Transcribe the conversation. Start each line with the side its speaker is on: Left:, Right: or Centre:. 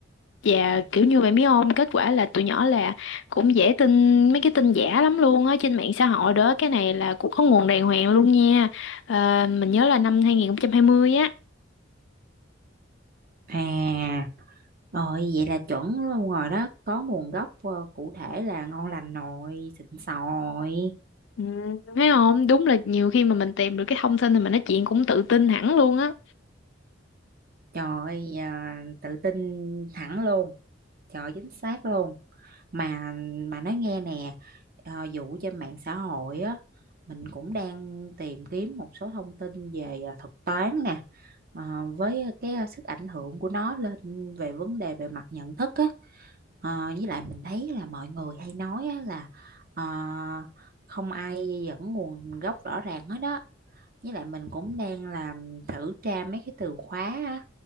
Left: Dạ kiểu như vậy biết không Kết quả là tụi nhỏ là Cũng dễ tin mấy cái tin giả lắm luôn á Trên mạng xã hội đó Cái này là cũng có nguồn đàng hoàng luôn nha Ờ, Mình nhớ là năm hai hai nghìn không trăm hai mươi á
Right: À, rồi vậy là chuẩn luôn rồi đó, có nguồn gốc ờ, cụ thể là ngon lành nồi, xịn sò rồi.
Left: ừ, Thấy không Đúng là nhiều khi mà mình tìm được cái thông tin Thì mình nói chuyện cũng tự tin hẳn luôn á
Right: Trời ơi, à, tự tin thẳng luôn. Trời chính xác luôn mà mà nói nghe nè ờ, vụ trên mạng xã hội á mình cũng đang tìm kiếm một số thông tin về ờ, thuật toán nè ờ, với cái ờ, sức ảnh hưởng của nó lên về vấn đề về mặt nhận thức á Ờ, với lại mình thấy là mọi người hay nói á, là ờ, không ai dẫn nguồn gốc rõ ràng hết đó với lại mình cũng đang làm thử tra mấy cái từ khóa á,